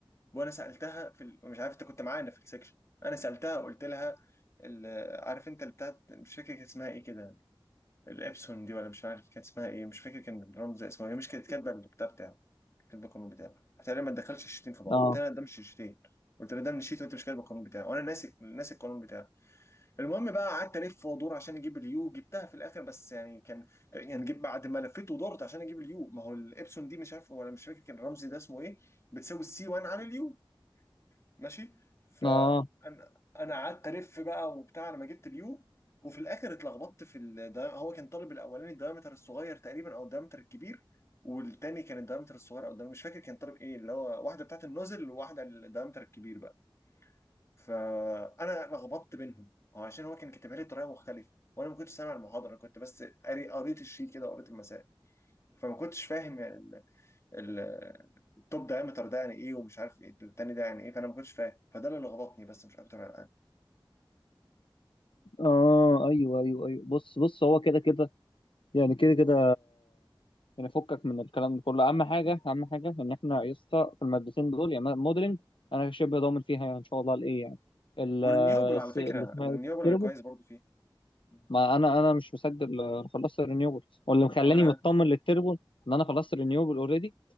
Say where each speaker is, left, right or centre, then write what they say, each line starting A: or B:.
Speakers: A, on the left; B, on the left.
A: وانا سالتها في ال... مش عارف انت كنت معانا في السكشن انا سالتها قلت لها ال... عارف انت اللي بتاعت مش فاكر كانت اسمها ايه كده الابسون دي ولا مش عارف كانت اسمها ايه مش فاكر كان الرمز اسمه هي مش كانت كاتبه البتاع بتاعها كاتب القانون بتاعه قلت له ما تدخلش الشيتين في بعض
B: آه.
A: قلت له ده مش الشيتين قلت له ده من الشيت وانت مش كاتب القانون بتاعه وانا ناسي ناسي القانون بتاعه المهم بقى قعدت الف وادور عشان اجيب اليو جبتها في الاخر بس يعني كان يعني جيب بعد ما لفيت ودورت عشان اجيب اليو ما هو الابسون دي مش عارف ولا مش فاكر كان الرمز ده اسمه ايه بتساوي السي وانا عامل يو ماشي فانا
B: اه
A: انا قعدت الف بقى وبتاع لما جبت اليو وفي الاخر اتلخبطت في الدايم... هو كان طالب الاولاني الدايمتر الصغير تقريبا او الدايمتر الكبير والتاني كان الدايمتر الصغير او الدايمتر مش فاكر كان طالب ايه اللي هو واحده بتاعت النوزل وواحده الدايمتر الكبير بقى فانا لخبطت بينهم هو عشان هو كان كاتبها لي بطريقه مختلفه وانا ما كنتش سامع المحاضره انا كنت بس قاري قريت الشيت كده وقريت المسائل فما كنتش فاهم ال- التوب دايمتر ده يعني ايه ومش عارف ايه التاني ده يعني ايه فانا ما كنتش فاهم فده اللي لخبطني بس مش اكتر الان
B: اه ايوه ايوه ايوه بص بص هو كده كده يعني كده كده يعني فكك من الكلام ده كله اهم حاجه اهم حاجه ان احنا يا اسطى في المادتين دول يعني موديلنج انا شبه ضامن فيها يعني ان شاء الله الايه يعني ال-
A: والرينيوبل على
B: الس-
A: فكره
B: اللي اسمها
A: الرينيوبل
B: إيه؟
A: انا
B: التربو
A: كويس برضو فيه مم.
B: ما انا انا مش مسجل آه، خلصت الرينيوبل واللي مخلاني
A: عامل ايه
B: مطمن للتربو ان انا خلصت الرينيوبل اوريدي